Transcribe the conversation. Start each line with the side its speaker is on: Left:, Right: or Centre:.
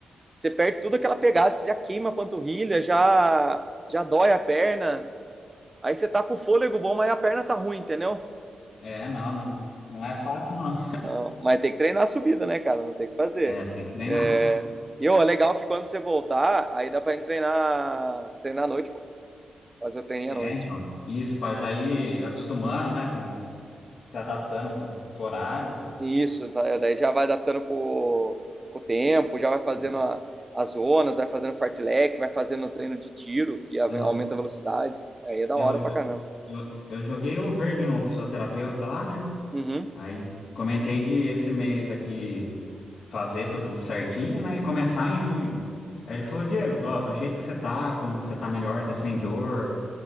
Right: Você perde tudo aquela pegada, você já queima a panturrilha, já, já dói a perna. Aí você tá com o fôlego bom, mas a perna tá ruim, entendeu?
Left: É, não, não, não é fácil, não.
Right: Não, Mas tem que treinar a subida, né, cara? Não tem o que fazer.
Left: É, tem que treinar.
Right: É... E, ó, é legal que quando você voltar, aí dá pra gente treinar, treinar à noite, pô. Fazer o treininho
Left: É,
Right: à noite.
Left: então. Isso, para já ir acostumando, né, com, se adaptando com, com o horário.
Right: Isso, tá, daí já vai adaptando com, com o tempo, já vai fazendo
Left: É,
Right: a- as zonas, vai fazendo fartlek, vai fazendo treino de tiro, que a-
Left: Eu,
Right: aumenta a velocidade. Aí é da
Left: eu,
Right: hora pra
Left: eu,
Right: caramba.
Left: eu eu joguei o verde no fisioterapeuta lá, né?
Right: Uhum,
Left: Aí comentei de esse mês aqui fazer tudo certinho, né? E começar em junho. Aí ele falou, Diego, ó, do jeito que você tá, como que você tá melhor, tá sem dor